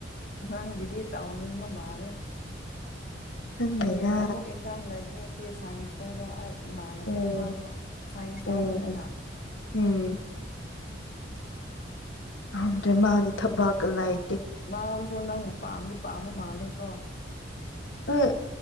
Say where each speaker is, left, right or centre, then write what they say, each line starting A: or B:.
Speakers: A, on the left; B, on the left.
A: ꯅꯪꯒꯤꯗꯤ ꯇꯧꯅꯤꯡꯕ ꯃꯥꯜꯂꯦ
B: ꯈꯪꯗꯦꯗ
A: ꯍꯌꯦꯡ ꯑꯃꯨꯛ ꯑꯦꯛꯖꯥꯝ ꯂꯩꯒꯅꯤ ꯏꯆꯦ ꯁꯥꯏꯟꯁ ꯈꯣꯏꯗꯣ ꯑꯩ ꯏꯃꯥꯟꯅꯕꯤ
B: ꯎꯝ
A: ꯑꯃꯗꯣ ꯁꯥꯏꯟꯁ
B: ꯎꯝ
A: ꯂꯧꯕꯅꯤꯅ
B: ꯎꯝ ꯑꯗꯨꯗ꯭ꯔꯦ ꯃꯥꯗꯤ ꯊꯕꯀꯂꯥꯏ
A: ꯃꯥꯕꯨꯁꯨ ꯅꯪꯕꯨ ꯄꯥꯝꯗꯤ ꯄꯥꯝꯕ ꯃꯥꯜꯂꯦꯀꯣ
B: ꯑꯥ